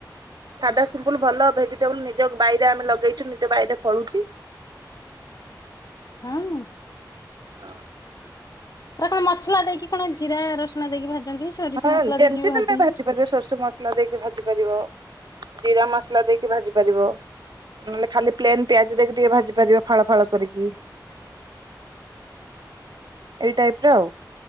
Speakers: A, on the right; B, on the left.
A: ସାଧା ସିମ୍ପୁଲୁ ଭଲ ଭେଜିଟେବୁଲ୍ ନିଜ ବାଇରେ ଆମେ ଲଗେଇଚୁ ନିଜ ବାଇରେ ଫଳୁଛିି।
B: ହୁଁ।
A: <unintelligible>
B: ଏରା କଣ ମସଲା ଦେଇକି କଣ ଜିରା, ରସୁଣ ଦେଇକି ଭାଜନ୍ତି? ସୋରିଷ
A: ହଁ
B: ମସଲା
A: ଯେମିତି
B: ଦେଇକି ବି
A: ତମେ
B: ଭାଜନ୍ତି।
A: ଭାଜି ପାରିବ ଶୋରିଷ ମସଲା ଦେଇକି ଭାଜି ପାରିବ, ଜିରା ମସ ମସଲା ଦେଇକି ଭାଜି ପାରିବ ନହେଲେ ଖାଲି ପ୍ଲେନ୍ ପିଆଜ ଦେଇକି ଟିକେ ଭାଜି ପାରିବ। ଫାଳ ଫାଳ କରିକି ଏଇ ଟାଇପ୍ ର ଆଉ।